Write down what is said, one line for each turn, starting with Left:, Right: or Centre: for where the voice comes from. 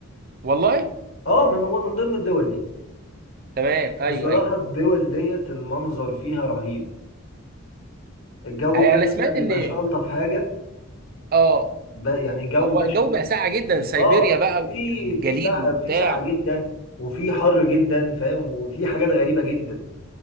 Right: والله
Left: اه من من ضمن الدول دي
Right: تمام ايوه
Left: بصراحة
Right: ايوه
Left: الدول ديت المنظر فيها رهيب الجو
Right: يعني
Left: فعلا
Right: انا سمعت
Left: ما بيبقاش
Right: ان
Left: ألطف حاجة
Right: اه
Left: ب... يعني الجو
Right: هو
Left: ما بيبقاش
Right: الجو بقى ساقع جدا سيبيريا
Left: اه
Right: بقى
Left: في
Right: والجليد
Left: في تع...
Right: وبتاع
Left: في سقعة جدا وفي حر جدا فاهم وفي حاجات غريبة جدا